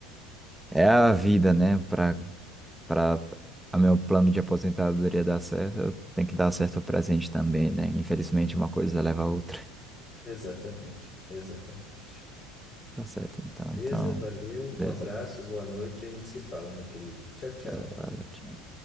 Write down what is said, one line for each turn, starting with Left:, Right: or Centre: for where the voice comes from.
Centre: é a vida, né? Pra, pra a meu plano de aposentadoria dar certo, eu tenho que dar certo o presente também, né? Infelizmente uma coisa leva a outra.
Left: Exatamente, exatamente.
Centre: Tá certo, então,
Left: Beleza?
Centre: então,
Left: Valeu,
Centre: beleza.
Left: um abraço, boa noite, a gente se fala, meu querido. Tchau, tchau.
Centre: verdade